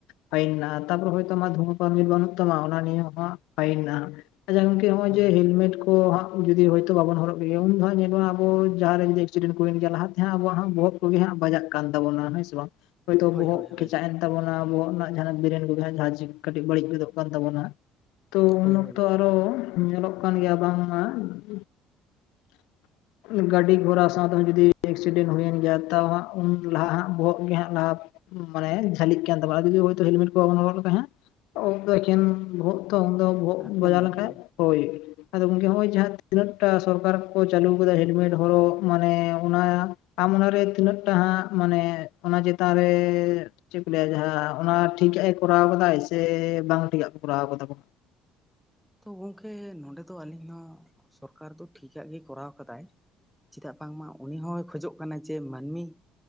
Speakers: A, on the left; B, in the centre.
A: ᱯᱷᱟᱹᱭᱤᱱ ᱱᱟᱜ ᱛᱟᱨᱯᱚᱨ ᱦᱚᱭᱛᱳ ᱟᱢᱟᱜ ᱫᱷᱩᱢᱟᱹ ᱯᱟᱨᱢᱤᱴ ᱵᱟᱹᱱᱩᱜ ᱛᱟᱢᱟ ᱚᱱᱟ ᱱᱤᱭᱮ ᱦᱚᱸ ᱯᱷᱟᱹᱭᱤᱱ ᱢᱮᱱᱟᱜᱼᱟ ᱱᱚᱜᱼᱚᱭ
B: ᱦᱳᱭ
A: ᱡᱮ
B: ᱦᱳᱭ
A: ᱦᱮᱞᱢᱮᱴ ᱠᱚ ᱡᱩᱫᱤ ᱦᱚᱭᱛᱳ ᱵᱟᱵᱚᱱ ᱦᱚᱨᱚᱜ ᱜᱮ ᱩᱱ ᱫᱚ ᱦᱟᱸᱜ ᱧᱮᱞᱚᱜᱼᱟ ᱟᱵᱚ ᱡᱟᱦᱟᱸ ᱨᱮ ᱡᱩᱫᱤ ᱮᱠᱥᱤᱰᱮᱱ ᱠᱚ ᱦᱩᱭᱮᱱ ᱜᱮᱭᱟ ᱞᱟᱦᱟᱛᱮ ᱦᱟᱸᱜ ᱟᱵᱚᱣᱟᱜ ᱵᱚᱦᱚᱜ ᱠᱚᱜᱮ ᱦᱟᱸᱜ ᱵᱟᱡᱟᱜ ᱠᱟᱱ ᱛᱟᱵᱚᱱᱟ ᱦᱮᱸ ᱥᱮ ᱵᱟᱝ ᱦᱳᱭᱛᱳ
B: ᱦᱳᱭ
A: ᱵᱚᱦᱚᱜ
B: ᱦᱳᱭ ᱦᱳᱭ
A: ᱠᱮᱪᱟᱜ ᱮᱱ ᱛᱟᱵᱚᱱᱟ ᱟᱵᱚᱣᱟᱜ ᱡᱟᱦᱟᱸᱱᱟᱜ ᱵᱨᱮᱱ ᱠᱚ ᱡᱟᱦᱟᱸ ᱠᱟᱹᱴᱤᱡ ᱵᱟᱹᱲᱤᱡ ᱜᱚᱫᱚᱜ ᱠᱟᱱ ᱛᱟᱵᱚᱱᱟ ᱛᱚ ᱩᱱ
B: ᱦᱳᱭ
A: ᱚᱠᱛᱚ
B: ᱦᱳᱭ
A: ᱟᱨᱚ ᱧᱮᱞᱚᱜ ᱠᱟᱱ ᱜᱮᱭᱟ ᱵᱟᱝᱢᱟ <inaudible> ᱜᱟᱹᱰᱤ ᱜᱷᱚᱲᱟ ᱥᱟᱶᱛᱮ ᱡᱩᱫᱤ ᱮᱠᱥᱤᱰᱮᱱᱴ ᱦᱩᱭᱮᱱ ᱜᱮᱭᱟ ᱛᱟᱣ ᱦᱟᱸᱜ ᱩᱱ ᱞᱟᱦᱟ ᱦᱟᱸᱜ ᱵᱚᱦᱚᱜ ᱜᱮ ᱦᱟᱸᱜ ᱞᱟᱦᱟ ᱢᱟᱱᱮ ᱡᱷᱟᱹᱞᱤᱜ ᱠᱟᱱ ᱛᱟᱵᱚᱱᱟ ᱡᱚᱫᱤ ᱦᱚᱭᱛᱚ ᱦᱮᱞᱢᱮᱴ ᱠᱚ ᱵᱟᱵᱚᱱ ᱦᱚᱨᱚᱜ ᱞᱮᱠᱷᱟᱱ ᱦᱟᱸᱜ ᱩᱱ ᱫᱚ ᱮᱠᱮᱱ ᱵᱚᱦᱚᱜ ᱛᱚ ᱩᱱᱫᱚ ᱵᱚᱦᱚᱜ
B: ᱮᱠᱫᱚᱢ
A: ᱵᱟᱡᱟᱣ ᱞᱮᱱᱠᱷᱟᱡ
B: ᱮᱠᱫᱚᱢ
A: ᱦᱳᱭ ᱟᱫᱚ ᱜᱚᱢᱠᱮ ᱦᱚᱸᱜ ᱚᱭ ᱡᱟᱦᱟᱸ ᱛᱤᱱᱟᱹᱜ ᱴᱟ ᱥᱚᱨᱠᱟᱨ ᱠᱚ ᱪᱟᱹᱞᱩ ᱟᱠᱟᱫᱟ ᱦᱮᱞᱢᱮᱴ ᱦᱚᱨᱚᱜ ᱢᱟᱱᱮ ᱚᱱᱟ ᱟᱢ ᱚᱱᱟᱨᱮ ᱛᱤᱱᱟᱹᱜ ᱴᱟᱜ ᱢᱟᱱᱮ ᱚᱱᱟ ᱪᱮᱛᱟᱱ ᱨᱮ ᱪᱮᱫ ᱠᱚ ᱞᱟᱹᱭᱟ ᱡᱟᱦᱟᱸ ᱚᱱᱟ ᱴᱷᱤᱠᱼᱟ ᱠᱚᱨᱟᱣ ᱠᱟᱫᱟᱭ ᱥᱮ ᱵᱟᱝ ᱴᱷᱤᱠ ᱟᱜ ᱠᱚ ᱠᱚᱨᱟᱣ ᱟᱠᱟᱫᱟ ᱠᱚ
B: ᱛᱚ ᱜᱚᱝᱠᱮ ᱱᱚᱰᱮ ᱫᱚ ᱟᱹᱞᱤᱧ ᱦᱚᱸ ᱥᱚᱨᱠᱟᱨ ᱫᱚ ᱴᱷᱤᱠᱟ ᱜᱮ ᱠᱚᱨᱟᱣ ᱟᱠᱟᱫᱟᱭ ᱪᱮᱫᱟᱜ ᱵᱟᱝᱢᱟ ᱩᱱᱤ ᱦᱚᱸᱭ ᱠᱷᱚᱡᱚᱜ ᱠᱟᱱᱟ ᱡᱮ ᱢᱟᱹᱱᱢᱤ